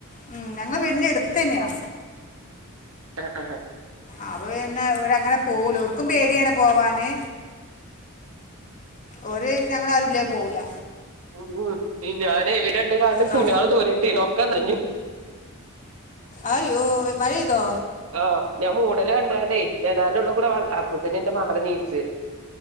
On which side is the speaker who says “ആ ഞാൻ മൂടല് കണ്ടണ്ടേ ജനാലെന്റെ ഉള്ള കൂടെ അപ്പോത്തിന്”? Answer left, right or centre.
Right